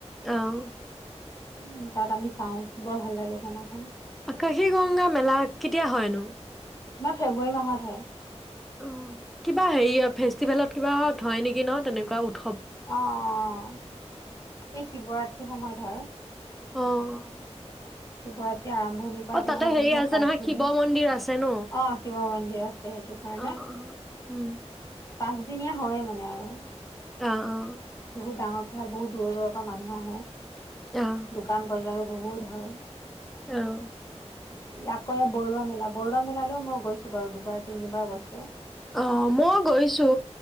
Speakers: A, in the centre; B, on the left.
A: অ'।
B: উম তাত আমি চাওঁ বৰ ভাল লাগে মেলাখন
A: আকাশী গংগা মেলা কেতিয়া হয়নো
B: তোমাৰ ফেব্ৰুৱাৰী মাহত হয়
A: অ কিবা হেৰি ফেষ্টিভেলত কিবা হয় নেকি ন তেনেকুৱা উৎ
B: অ এই শিৱৰাত্ৰিৰ সময়ত হয়
A: অ'।
B: সেই বাৰ এতিয়া আৰম্ভণিৰ পৰা
A: অ
B: তোমাৰ
A: তাতে হেৰি
B: মানেহে
A: আছে
B: পাঁচ
A: নহয়
B: দিন
A: শিৱ
B: হয়
A: মন্দিৰ আছে ন
B: অ' শিৱ মন্দিৰ আছে সেইটো কাৰণে।
A: আহ অ উম
B: পাঁচদিনীয়া হয়ে মানে আৰু
A: অ অ
B: বহুত ডাঙৰ এতিয়া বহু দূৰ দূৰৰ পৰা মানুহ আহে।
A: অ
B: দোকান বজাৰ বহুত। হয়
A: আহ
B: আকৌ বৰুৱা মেলা বৰুৱা মেলালৈও মই গৈছো বাৰু দুবাৰ তিনিবাৰ গৈছো
A: অ' মই গৈছো